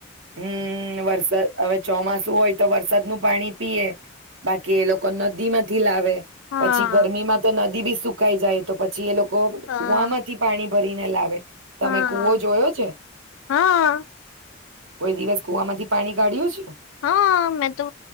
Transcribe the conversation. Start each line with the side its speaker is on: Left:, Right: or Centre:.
Right: હમ વરસાદ હવે ચોમાસું હોય તો વરસાદ નું પાણી પીએ, બાકી એ લોકો નદી માંથી લાવે.
Left: હા
Right: પછી ગરમી માં તો નદી બી સુકાઈ જાય તો પછી એ લોકો
Left: હા
Right: કવામાંથી પાણી ભરીને લાવે. તમે
Left: હા
Right: કુવો જોયો છે?
Left: હા
Right: કોઈ દિવસ કુ થી પાણી કાઢ્યું છે?
Left: હા મેં તો